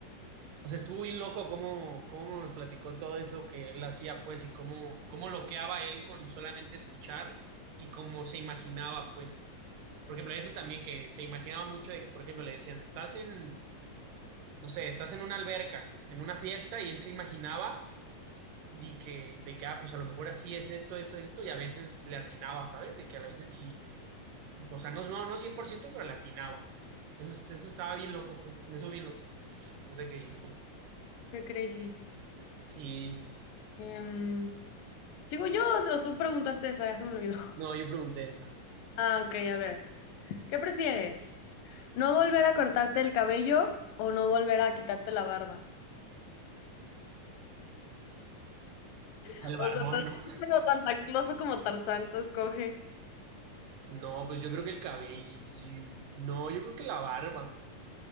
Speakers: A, on the right; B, on the left.
A: o sea, estuvo bien loco cómo, cómo nos platicó todo eso que él hacía, pues, y cómo, cómo loqueaba él con solamente escuchar y cómo se imaginaba, pues. Por ejemplo, eso también que se imaginaba mucho de que, por ejemplo, le decían, estás en, no sé, estás en una alberca, en una fiesta, y él se imaginaba de que, de que, ah, pues a lo mejor así es esto, esto, esto, y a veces le atinaba, ¿sabes? De que a veces sí, o sea, no, no, no 100% pero le atinaba. Eso, eso estaba bien loco, pues, me hizo bien loco, ¿verdad que dijiste?
B: qué crazy.
A: Sí,
B: Em, ¿sigo yo o sea, tú preguntaste esa? Ya se me olvidó. <laughs>
A: no, yo pregunté esa.
B: Ah, ok, a ver. ¿Qué prefieres? ¿No volver a cortarte el cabello o no volver a quitarte la barba? <laughs>
A: El
B: O
A: barbón,
B: sea, tú eres
A: ¿no?
B: <laughs> como Santa Claus o como Tarzán, tú escoge.
A: No, pues yo creo que el cabello, no, yo creo que la barba.